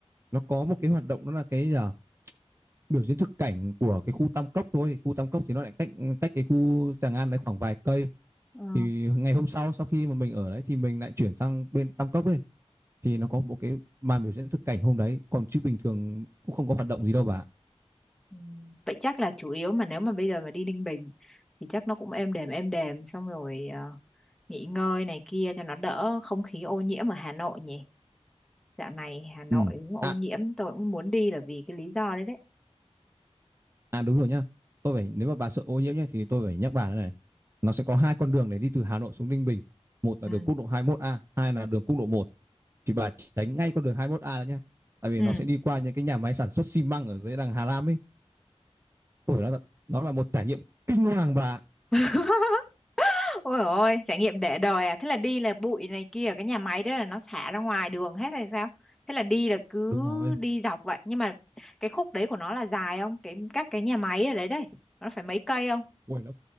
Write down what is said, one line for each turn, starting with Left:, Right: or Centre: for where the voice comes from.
Right: nó có một cái hoạt động đó là cái gì à? biểu diễn thực cảnh của cái khu Tam Cốc thôi khu Tam Cốc thì nó lại cách cách cái khu Tràng An đấy khoảng vài cây
Centre: Ờ,
Right: thì ngày hôm sau sau khi mà mình ở đấy thì mình lại chuyển sang bên Tam Cốc ấy thì nó có một cái màn biểu diễn thực cảnh hôm đấy còn chứ bình thường cũng không có hoạt động gì đâu bà
Centre: ừm, Vậy chắc là chủ yếu mà nếu mà bây giờ mà đi Ninh Bình thì chắc nó cũng êm đềm êm đềm xong rồi ờ, nghỉ ngơi này kia cho nó đỡ không khí ô nhiễm ở Hà Nội nhỉ? Dạo này Hà Nội
Right: ừ
Centre: cũng ô
Right: à
Centre: nhiễm tôi cũng muốn đi là vì cái lý do đấy đấy.
Right: à đúng rồi nhá tôi phải nếu mà bà sợ ô nhiễm nhá thì tôi phải nhắc bà thế này nó sẽ có hai con đường để đi từ Hà Nội xuống Ninh Bình một là
Centre: Ừ.
Right: đường quốc lộ hai mươi mốt a hai là đường quốc lộ một, thì bà tránh ngay con đường hai mươi mốt a đó nhá tại vì
Centre: Ừ.
Right: nó sẽ đi qua những cái nhà máy sản xuất xi măng ở dưới đằng Hà Lam ấy Ôi, nó, nó là một trải nghiệm kinh hoàng bà
Centre: <laughs> Ôi ôi, trải nghiệm để đời à? Thế là đi là bụi này kia, ở cái nhà máy đó là nó xả ra ngoài đường hết hay sao? Thế là đi là cứ
Right: Đúng rồi.
Centre: đi dọc vậy. Nhưng mà cái khúc đấy của nó là dài không? Cái các cái nhà máy ở đấy đấy, nó phải mấy cây không?
Right: Ôi, nó